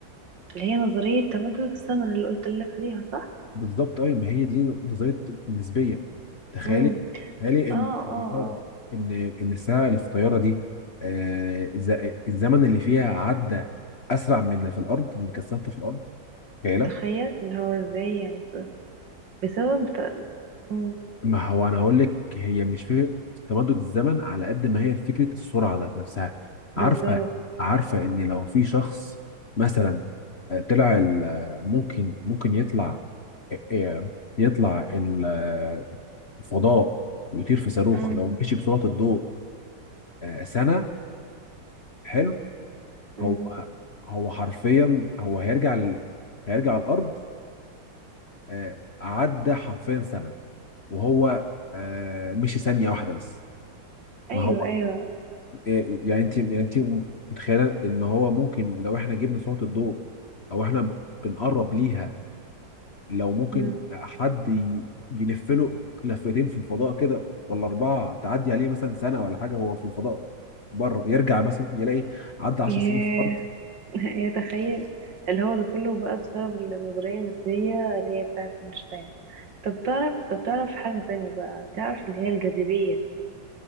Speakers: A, on the right; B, on the left.
A: اللي هي نظرية تمدد الزمن اللي قلت لك عليها صح؟
B: بالظبط أيوة ما هي دي نظرية النسبية تخيلي
A: امم
B: تخيلي
A: اه
B: إن الطيارة
A: اه اه
B: إن إن الساعة اللي في الطيارة دي آه، الز- الزمن اللي فيها عدى أسرع من اللي في الأرض من اللي كثافته في الأرض تخيلة
A: تخيل اللي هو ازاي يعني بسبب ت... امم
B: ما هو انا هقول لك هي مش فكره تمدد الزمن على قد ما هي فكره السرعه ذات نفسها
A: بالظبط
B: عارفه عارفه ان لو في شخص مثلا آه، طلع ال- آه، ممكن ممكن يطلع آه، آه، يطلع ال- آه، الفضاء ويطير في صاروخ
A: امم
B: لو مشي بسرعه الضوء آه، سنه حلو
A: امم
B: هو هو حرفيا هو هيرجع ال- هيرجع الارض آه، عدى حرفيا سنه وهو آه، مشي ثانيه واحده بس
A: ايوه
B: ما هو
A: ايوه
B: إيه يعني انت يعني انت متخيله ان هو ممكن لو احنا جبنا سرعه الضوء او احنا ب- بنقرب ليها لو ممكن
A: امم
B: حد ي- يلف له لفتين في الفضاء كده ولا اربعه تعدي عليه مثلا سنه ولا حاجه وهو في الفضاء بره يرجع مثلا يلاقي عدى 10
A: ياه
B: سنين في الارض
A: <laughs> يتخيل اللي هو ده كله بقى بسبب النظرية النسبية اللي هي بتاعة اينشتاين طب تعرف طب تعرف حاجة تانية بقى تعرف اللي هي الجاذبية